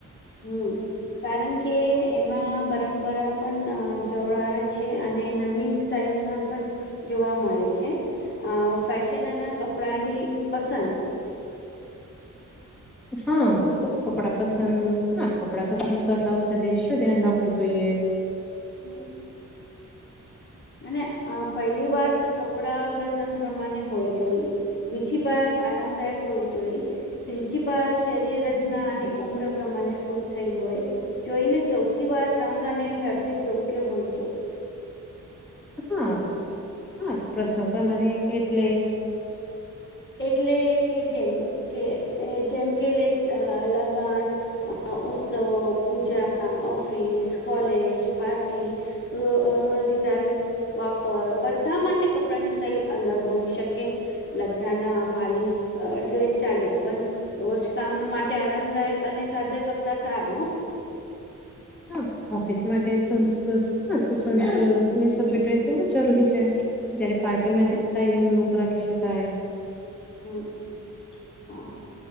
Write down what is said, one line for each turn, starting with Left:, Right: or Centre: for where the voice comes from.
Left: હમ. કારણ કે એમાં પરંપરા પણ જવળયા છે અને નવીન સ્ટાઈલ ના પણ જોવા મળે છે. અ ફેશનના કપડાની પસંદ
Centre: હા
Left: હમ
Centre: કપડા પસંદ હા કપ કકડા પસંદ કરતા હોય તો શું ધ્યાન રાખવું જોઈએ?
Left: હમ. અને પહેલી વાત કપડા પ્રસંગ પ્રમાણે હોવી જોઈ. બીજી બાત આરામદાયક હોવી જોઈ. ત્રીજી બાત શરીર રચના અને ઉમ્ર પ્રમાણે શુદ્ધ થઈ હોય. જોઈને ચૌથી વાત રંગ અને ફેબ્રિક યોગ્ય હોવી જોઈએ.
Centre: હા હા પ્રસંગ પ્રમાણે એટલે
Left: એટલે કે જેમ કે જેમ કે લ લગન અ ઉત્સવ પૂજા, ઓફિસ, કોલેજ, પાર્ટી. રો રોજીદાર. <inaudible> વાપર બધા માટે કપડાની સ્ટાઈલ અલગ હોઈ શકે લ ના ભારીક ડ્રેસ ચાલે પણ રોજ કામ માટે આરામદાયક અને સાદા કપડા સારા ને?
Centre: હા ઓફિસ માટે સંસ્કૃત
Left: હમ
Centre: હ સુસંસ્કૃત. અને સ્ય ડ્રેસિંગ જ જરૂરી છે જયારે પાર્ટી
Left: હમ
Centre: માટે સ્ટઇલિંગ લોકો રાખી શકાય.
Left: હમ હા.